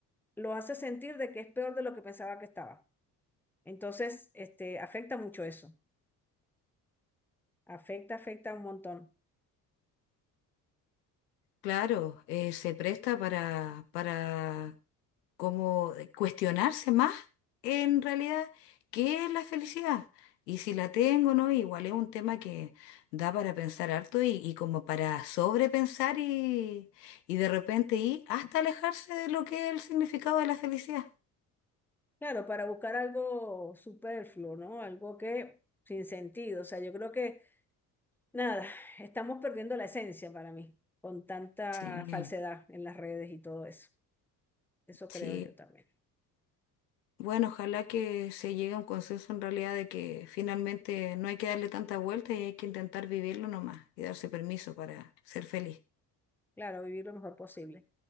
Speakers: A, in the centre; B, on the left (about 80°).
A: lo hace sentir de que es peor de lo que pensaba que estaba. Entonces, este, afecta mucho eso, afecta, afecta un montón.
B: Claro, eh, se presta para, para como cuestionarse más en realidad qué es la felicidad y si la tengo o no, igual es un tema que da para pensar harto y, y como para sobrepensar y, y de repente ir hasta alejarse de lo que es el significado de la felicidad.
A: Claro, para buscar algo superfluo, ¿no? Algo que sin sentido, o sea, yo creo que nada, estamos perdiendo la esencia para mí, con tanta
B: Sí,
A: falsedad en las redes y todo eso. Eso
B: sí.
A: creo yo también.
B: Bueno, ojalá que se llegue a un consenso en realidad de que finalmente no hay que darle tanta vuelta y hay que intentar vivirlo nomás y darse permiso para ser feliz.
A: Claro, vivir lo mejor posible.